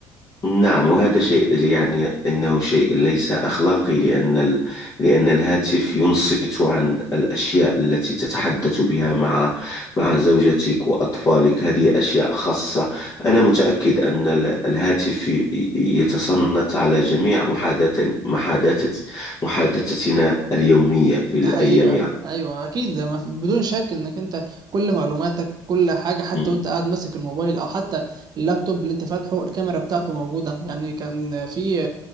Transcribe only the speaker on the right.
ده حقيقة
أيوة أكيد ده ما في- بدون شك إنك أنت كل معلوماتك كل حاجة حتى
وأنت قاعد ماسك الموبايل أو حتى اللابتوب اللي أنت فاتحه الكاميرا بتاعته موجودة يعني كان في